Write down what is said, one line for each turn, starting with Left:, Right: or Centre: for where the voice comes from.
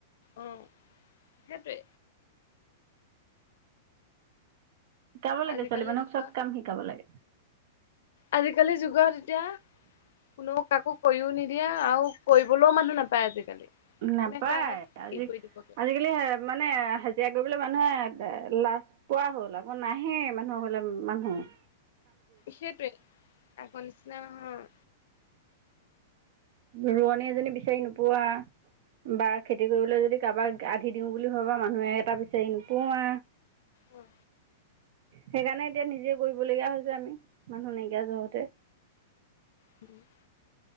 Left: উম সেইটোৱে।
Right: শিকাব লাগে
Left: আজিকালি
Right: ছোৱালী মানুহক
Left: যুগত
Right: চব কাম শিকাব লাগে
Left: আজিকালিৰ যুগত এতিয়া কোনো কাকো। কৰিও নিদিয়া আৰু কৰিবলৈও মানুহ নাপায় আজিকালি-
Right: নাপায়
Left: কোনে কাৰ ঘৰত
Right: আজি
Left: কি কৰি দিবগে
Right: আজিকালি মানে হাজিৰা কৰি। বোলে মানুহে লাজ পোৱা হ'ল আকৌ নাহেই মানুহৰ বোলে মানুহে-
Left: সেইটোৱে আকৌ নিচিনা নহয়
Right: ৰোৱনী এজনী বিচাৰি নোপোৱা বা খেতি কৰিবলৈ যদি। কাৰোবাক আধি দিওঁ বুলি ভাববা মানুহে এটা বিচাৰি নোপোৱা।
Left: উম
Right: সেইকাৰণে এতিয়া নিজে কৰিবলগীয়া হৈছে আমি মানুহ নাইকিয়া জহতে-
Left: <unintelligible>